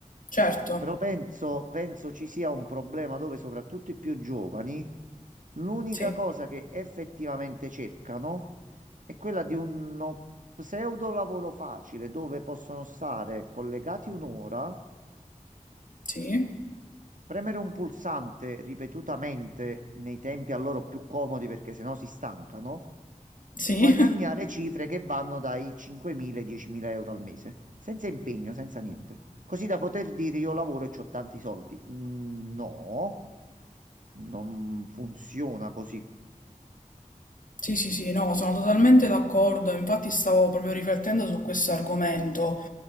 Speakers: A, on the left; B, on the right.
A: Certo.
B: Però penso, penso ci sia un problema dove soprattutto i più giovani L'unica
A: Sì.
B: cosa che effettivamente cercano è quella di uno pseudo lavoro facile dove possono stare collegati un'ora,
A: Sì.
B: premere un pulsante ripetutamente nei tempi a loro più comodi perché sennò si stancano
A: Sì.
B: e guadagnare cifre che vanno dai 5.000 ai 10.000 euro al mese, senza impegno, senza niente. Così da poter dire io lavoro e ho tanti soldi. Mm, No, non funziona così.
A: Sì, sì, sì, no, sono totalmente d'accordo, infatti stavo proprio riflettendo su questo argomento,